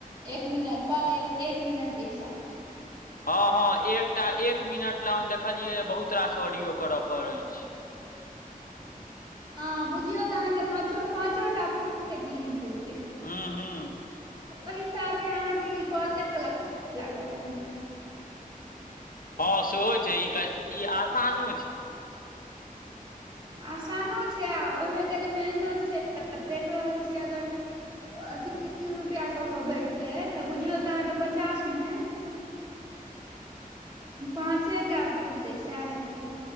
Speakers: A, on the right; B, on the left.
A: एक मिनट पर एक एक मिनटके हिसाबसँ
B: हँ हँ एकटा एक मिनट लेलए हम देखलियै बहुत रास ऑडियो करय पड़ अछि
A: हँ बुझियौ तऽ अहाँकेँ पाँचो पाँचोटा पुरतै कि नहि पुरतै
B: हँ हँ
A: ओहि हिसाबे अहाँके ई कलेवला लागल हमरा
B: हँ सेहो छै ई ई आसानो छै
A: आसानो छै आ ओहिमे कनी मेहनत छै देख रहल छी अगर अथी <unintelligible> रुपआ कऽ केऽ भेटतै तऽ बुझियौ तऽ अहाँके पचास मे पाँचे टा पुरतै सएह हेतै